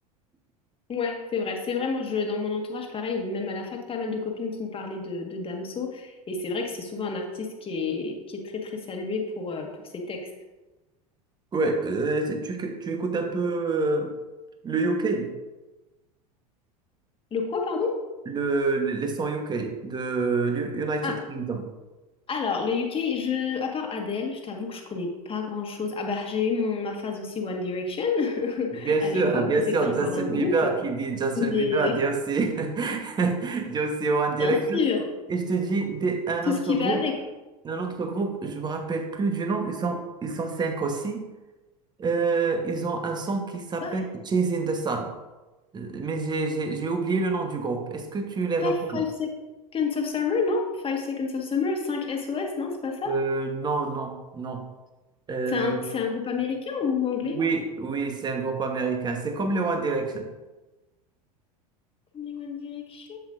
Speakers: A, on the left; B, on the right.
A: Ouais, c'est vrai. C'est vrai, moi, je, dans mon entourage, pareil, même à la fac, pas mal de copines qui me parlaient de, de Damso. Et c'est vrai que c'est souvent un artiste qui est, qui est très, très salué pour, euh, pour ses textes.
B: Ouais, euh, tu, tu écoutes un peu euh, le UK.
A: Le quoi, pardon?
B: le, les 100 UK de l'U- United
A: Ah,
B: Kingdom.
A: alors, le UK, je, à part Adele, je t'avoue que je connais pas grand-chose. Ah bah, j'ai eu mon, ma phase aussi One Direction, <laughs>
B: Bien sûr,
A: à l'époque
B: hein, bien
A: où c'était
B: sûr,
A: encore
B: Justin
A: un
B: Bieber,
A: groupe.
B: qui dit Justin
A: Mais,
B: Bieber, dit aussi, <laughs> dit aussi One Direction.
A: bien sûr,
B: Et je te dis, des- un
A: tout
B: autre
A: ce qui
B: groupe,
A: va avec.
B: un autre groupe, je me rappelle plus du nom, ils sont, ils sont cinq aussi. Euh, ils ont un son qui s'appelle
A: C'est pas,
B: Chasing the Sun. Euh, Mais j'ai, j'ai, j'ai oublié le nom du groupe. Est-ce que tu les reconnais?
A: pas Five Seconds of Summer, non? Five Seconds of Summer, 5 SOS, non? C'est pas ça?
B: Euh, non, non, non. Euh,
A: C'est un, c'est un groupe américain ou anglais?
B: oui, oui, c'est un groupe américain. C'est comme le One Direction.
A: Comme les One Direction.